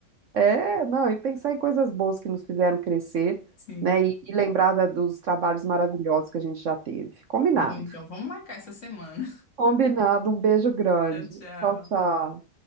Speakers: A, on the right; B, on the left.
A: É, não, e pensar em coisas boas que nos fizeram crescer,
B: Sim.
A: né? E, e lembrar da- dos trabalhos maravilhosos que a gente já teve. Combinado.
B: Tá Bom, então, vamos marcar essa semana.
A: Combinado. Um beijo grande.
B: <laughs> Tchau, tchau.
A: Tchau, tchau.